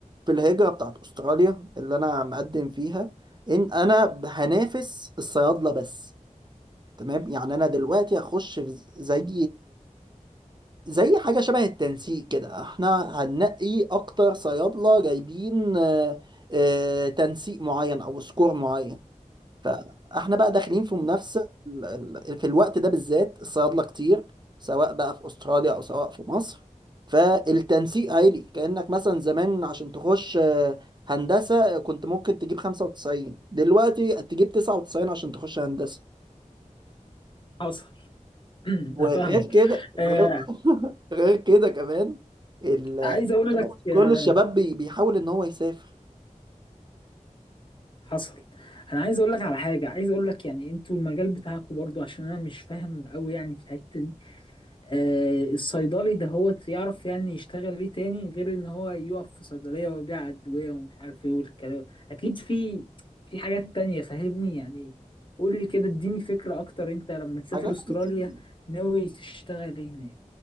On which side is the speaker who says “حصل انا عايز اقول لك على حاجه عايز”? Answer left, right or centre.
Left